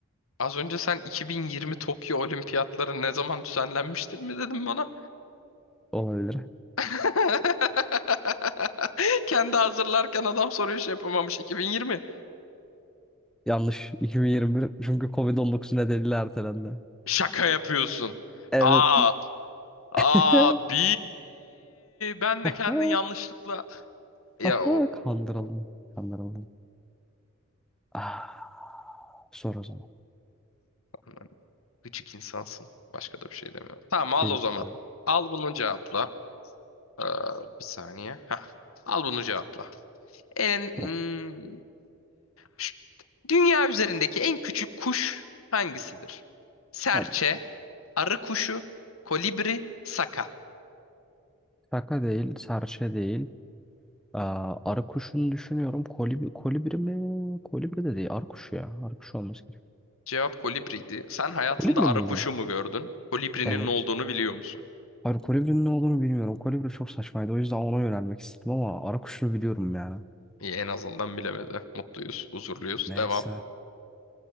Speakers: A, on the left; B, in the centre.
A: az önce sen 2020 Tokyo Olimpiyatları ne zaman düzenlenmiştir mi dedin bana?
B: olabilir.
A: <laughs> Kendi hazırlarken adam soruyu şey yapamamış. 2020.
B: Yanlış. 2021 çünkü Covid-19 nedeniyle ertelendi.
A: Şaka yapıyorsun.
B: Evet.
A: Aa, abi
B: <laughs>
A: ben de
B: Aha,
A: kendini yanlışlıkla ya
B: aha,
A: o
B: kandıralım. Kandıralım. Ah, sor o zaman.
A: aman, gıcık insansın. Başka da bir şey demiyorum. Tamam al
B: Teşekkür
A: o zaman.
B: ederim.
A: Al bunu cevapla. Ee, bir saniye. Heh. Al bunu cevapla. En, hmm,
B: Hı,
A: ş- dünya üzerindeki en küçük kuş hangisidir? Serçe,
B: Hadi.
A: arı kuşu, kolibri, saka.
B: Şaka değil, serçe değil. Aa, arı kuşunu düşünüyorum. Kolibri, kolibri mi? Kolibri de değil. Arı kuşu ya. Arı kuşu olması gerek.
A: Cevap kolibriydi. Sen hayatında
B: Kolibri
A: arı
B: miydi?
A: kuşu mu gördün? Kolibrinin
B: Evet.
A: ne olduğunu biliyor musun?
B: Hayır kolibrinin ne olduğunu bilmiyorum. Kolibri çok saçmaydı. O yüzden ona yönelmek istedim ama arı kuşunu biliyorum yani.
A: İyi en azından bilemedi. Mutluyuz, huzurluyuz.
B: Neyse.
A: Devam.